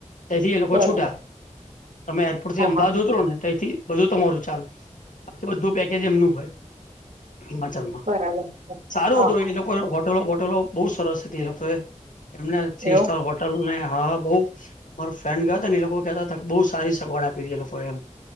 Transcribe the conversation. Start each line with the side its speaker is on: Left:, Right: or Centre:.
Left: તઈથી એ લોકો
Right: બરાબર
Left: છૂટા, તમે એરપોર્ટથી
Right: હા
Left: અમદાવાદ
Right: હા
Left: ઉતરોને તઈથી બધું તમારું ચાલુ, બાકી બધુ પેકેજ એમનું હોય હિમાચલમાં.
Right: બરાબર છે
Left: સારું
Right: હા
Left: તો
Right: હા
Left: એ લો લોકોએ હોટલો-બોટલો બઉ સરસ હતી, એ લોકો એમને થ્રી
Right: એવું
Left: સ્ટાર હો ટલ ને હા બઉ મારો ફ્રેન્ડ ગયો તોન એ લોકો કેતા તા ક બઉ સારી સગવડ આપી તી એ લોકો એમ.